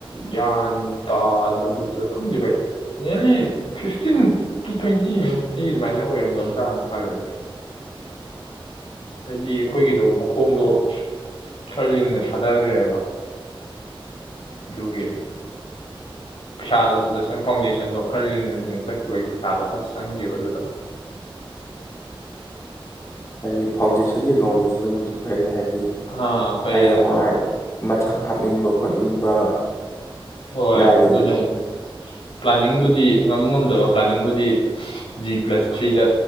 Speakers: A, on the left; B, on the left.
A: ꯒ꯭ꯌꯥꯟ ꯇꯥꯗꯕꯗ ꯈꯪꯗꯦ ꯚꯥꯏ ꯅꯤꯔꯂꯤ ꯐꯤꯐꯇꯤꯟ ꯇꯨ ꯇ꯭ꯋꯦꯟꯇꯤ ꯃꯨꯛꯇꯤ ꯑꯗꯨꯃꯥꯏꯅ ꯑꯣꯏꯔꯝꯒꯗ꯭ꯔꯥꯅ ꯈꯜꯂ ꯍꯥꯏꯗꯤ ꯑꯩꯈꯣꯏꯒꯤꯗꯣ ꯃꯈꯣꯡꯗꯣ ꯈꯔ ꯂꯤꯡꯅ ꯊꯥꯗꯈ꯭ꯔꯦꯕ ꯑꯗꯨꯒꯤ ꯄꯩꯁꯥꯗꯣ ꯑꯗꯨꯗ ꯆꯪ ꯐꯥꯎꯟꯗꯦꯁꯟꯗꯣ ꯈꯔ ꯂꯤꯡꯅ ꯂꯤꯡꯅ ꯆꯠꯈꯤꯕꯒꯤ ꯄꯩꯁꯥꯗꯣ ꯈꯔ ꯆꯪꯈꯤꯕ ꯑꯗꯨꯗ
B: ꯍꯥꯏꯗꯤ ꯐꯥꯎꯟꯗꯦꯁꯟ ꯂꯤꯡ ꯉꯧꯕꯁꯤꯅꯕꯨꯗꯤ ꯐꯩꯅꯤ ꯍꯥꯏꯗꯤ
A: ꯑꯥ ꯐꯩꯌꯦ
B: ꯍꯌꯦꯡꯋꯥꯏ ꯃꯊꯛ ꯍꯥꯞꯅꯤꯡꯕ ꯈꯣꯠꯅꯤꯡꯕ
A: ꯍꯣꯏ
B: ꯌꯥꯏꯗꯅ
A: ꯑꯗꯨꯅꯦ ꯍꯥꯏꯁꯦ ꯄ꯭ꯂꯥꯅꯤꯡꯕꯨꯗꯤ ꯉꯝ ꯉꯝꯗꯕ ꯄ꯭ꯂꯥꯅꯤꯡꯕꯨꯗꯤ ꯖꯤ ꯄ꯭ꯂꯁ ꯊ꯭ꯔꯤꯗ